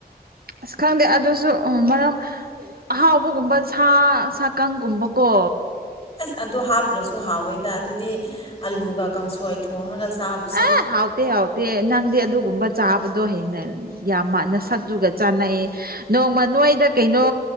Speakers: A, on the right (about 65°); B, on the left (about 35°).
A: ꯑꯁ ꯈꯪꯗꯦ ꯑꯗꯨꯖꯨ ꯎꯝ ꯃꯔꯝ ꯑꯍꯥꯎꯕꯒꯨꯝꯕ ꯁꯥ ꯁꯥꯀꯪꯒꯨꯝꯕꯀꯣ
B: ꯑꯁ ꯑꯗꯨ ꯍꯥꯞꯇ꯭ꯔꯁꯨ ꯍꯥꯎꯋꯦꯗꯥ ꯑꯗꯨꯗꯤ ꯑꯂꯨꯒ ꯀꯥꯡꯁꯣꯏ ꯊꯣꯡꯔꯒ ꯆꯥꯕꯨ
A: ꯑ ꯍꯥꯎꯇꯦ ꯍꯥꯎꯇꯦ ꯅꯪꯗꯤ ꯑꯗꯨꯒꯨꯝꯕ ꯆꯥꯕꯗꯣ ꯍꯩꯅꯔ ꯌꯥꯝꯃ ꯅꯁꯛꯇꯨꯒ ꯆꯥꯅꯩ ꯅꯣꯡꯃ ꯅꯣꯏꯗ ꯀꯩꯅꯣ